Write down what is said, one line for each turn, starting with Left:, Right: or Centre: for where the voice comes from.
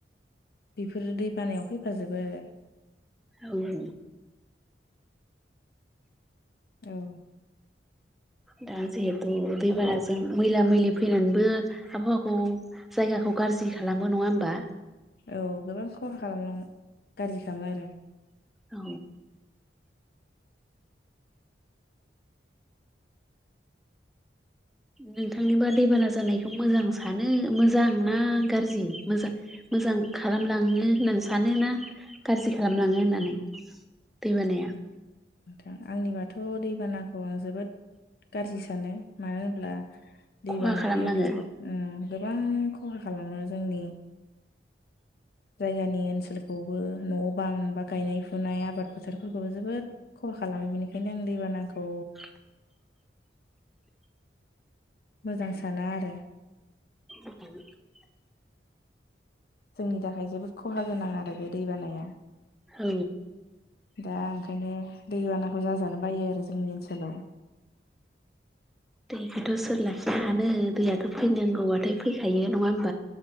Left: बेफोरो दै बानायाव फैफाजोबो आरो।
Centre: औ औ
Left: औ
Centre: दा जिहेथु दैबानाजों मैला-मैलि फैनानैबो आबहावाखौ जायगाखौ गाज्रि खालामो नङा होमबा?
Left: औ गोबां खहा खालामलांङो गाज्रि खालामो आरो।
Centre: औ नोंथांनोबा दैबाना जानायखौ मोजां सानो मोजां ना गारजि मोजां? मोजां खालामलाङो होननानै सानो ना गारजि? खालामलाङो होननानै दैबानाया
Left: आ आंनिबाथ दैबानाखौ आं जोबोद गारजि सानो मानो होनब्ला
Centre: खहा
Left: दैबाना
Centre: खालामलाङो
Left: फैयोब्ला गोब उम गोबां खहा खालामो जोंनि जायगानि ओनसोलखौबो न' बां बा गायनाय फुनाय आबाद फोथारफोरखौबो जोबोद खहा खालामो बेनिखायनो आं दैबानाखौ
Centre: <inaudible>
Left: मोजां साना आरो।
Centre: <inaudible>
Left: जोंनि थाखाय जोबोद खहा गोनां आरो बे दै बानाया
Centre: औ
Left: दा ओंखायनो दै बानाखौ जाजानो बायो आरो जोंनि ओनसोलाव
Centre: दैखौथ' सोर लाखिनो हानो दैयाथ' फैनांगौबथाय फैखायो नङा